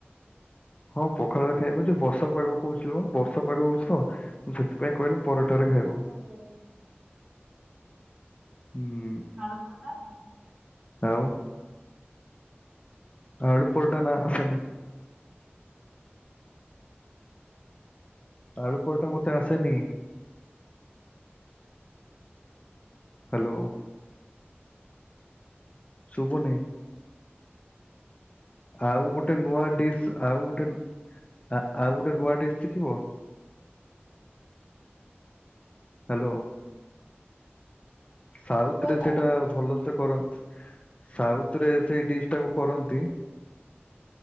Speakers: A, on the left; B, on the right.
A: ହଁ ପଖାଳ ଖାଇବ ଯୋଉ ବର୍ଷା ପାଗ କହୁଛି ବର୍ଷ ପାଗ ହୋଉଛି ତ ମୁଁ ସେଥିପାଇଁ କହିଲି ପରଟାରେ ଖାଇବ।
B: ଓହୋ ହୋ ହୋ।
A: ହୁଁ
B: ଆଳୁ ପରଠା ଆସ
A: ଆଉ? ଆ ଉପରଟା ନା ଆସେନି। ଆଳୁ ପରଟା ମୋତେ ଆସେନି। ହ୍ୟାଲୋ। ଶୁବୁନି। ଆଉ ଗୋଟେ ନୂଆ ଡିସ୍ ଆଉ ଗୋଟେ ଆଉ ଗୋଟେ ଆ ନୂଆ ଡିସ୍ ଶିଖିବ? ହ୍ୟାଲୋ। ସାଉଥରେ
B: ହଁ।
A: ସେଇଟା ଭଲ ସେ କର ସାଉଥ ରେ ସେଇ ଡିସ୍ ଟାକୁ କରନ୍ତି